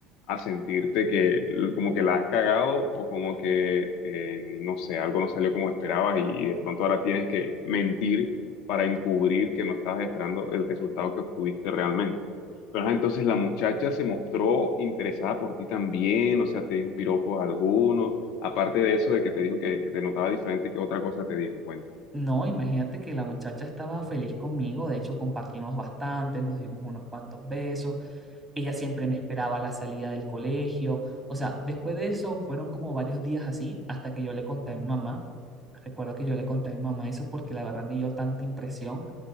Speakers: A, on the left; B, on the right.
A: a sentirte que l- como que la has cagado o como que, eh, no sé, algo no salió como esperabas y, y de pronto ahora tienes que mentir para encubrir que no estabas esperando el resultado que obtuviste realmente. Pero ajá, entonces la muchacha se mostró interesada por ti también, o sea, te dijo piropos algunos Aparte de eso, de que te dijo que, que te notaba diferente, ¿qué otra cosa te dijo? Cuéntame.
B: No, imagínate que la muchacha estaba feliz conmigo, de hecho compartimos bastante, nos dimos unos cuantos besos, ella siempre me esperaba a la salida del colegio. O sea, después de eso fueron como varios días así hasta que yo le conté a mi mamá. Recuerdo que yo le conté a mi mamá eso porque la verdad me dio tanta impresión